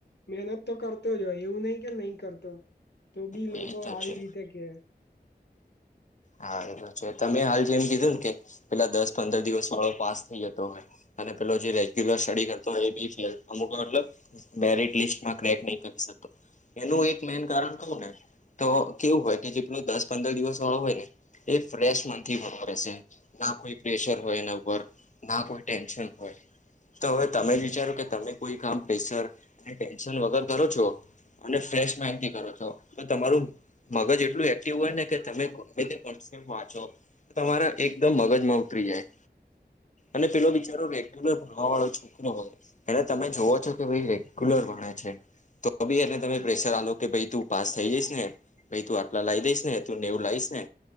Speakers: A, on the left; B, on the left.
A: મહેનત તો કર કરતો જય એવું નહીં કઈ નહીં કરતો તો ભી
B: એ
A: લોકો
B: તો
A: આવી
B: છે
A: રીતે કે
B: હા એ તો છે તમે હાલ જેમ કીધું ને કે પેલા દસ પંદર દિવસ વાળો પાસ થઈ જતો હોય અને પેલો જે રેગ્યુલર સ્ટડી કરતોય એ બી ફેલ અમુક મતલબ મેરિટ લિસ્ટમાં ક્રેક નહી કરી શતો એનું એક મેન કારણ કવું ને તો કેવું હોય કે જેટલો દસ પંદર દિવસ વાળો હોય ને એ ફ્રેશ મનથી ભણે રહેશે ના કોઈ પ્રેશર હોય એના ઉપર ના કોઈ ટેન્શન હોય તો હવે તમે જ વિચારો કે તમે કોઈ કામ પ્રેસર ટેન્શન વગર કરો છો એટલે ફ્રેશ માઈંડતી કરો છો તો તમારું મગજ એટલું એક્ટિવ હોય ને કે તમે વાંચો તમારા એકદમ મગજમાં ઉતરી જાય અને પેલો બિચારો રેગ્યુલર ભણવા વાળો છોકરો હોય એટલે તમે જોવો છો કે ભાઈ રેગ્યુલર ભણે છે તો ભી એને તમે પ્રેશર આ લો કે ભાઈ તું પાસ થઈ જઈશ નેમ ભાઈ તું આટલા લાવી દઈશ ને તું નેવું લાવશ ને